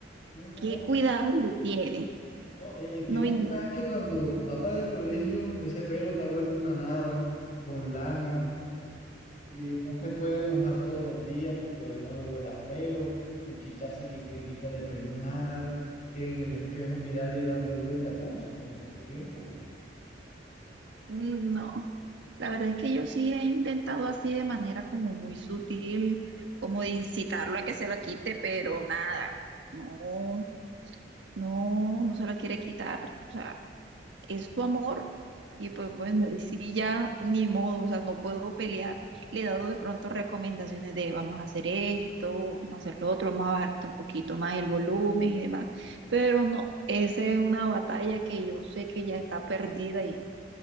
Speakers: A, on the left (about 45°); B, on the right (about 75°).
A: No,
B: ¿Qué cuidado le tiene?
A: no, e- el tema
B: No, in-
A: está que cuando va para el colegio, ese pelo está vuelto una nada, con lana. Y no se puede mojar todos los días porque de no le huele a feo y quitarse que cremita de peinar, que en el espejo mirar y darle vuelta. No, eso toma mucho tiempo.
B: mm, no. La verdad es que yo sí he intentado así de manera como muy sutil, como de incitarlo a que se lo quite, pero nada, no, no, no se lo quiere quitar. O sea, es su amor y pues bueno, y sí ya ni modo, o sea, no puedo pelear. Le he dado de pronto recomendaciones de vamos a hacer esto, vamos a hacer lo otro, vamos a bajarte un poquito más el volumen y demás, pero no, esa es una batalla que yo sé que ya está perdida y,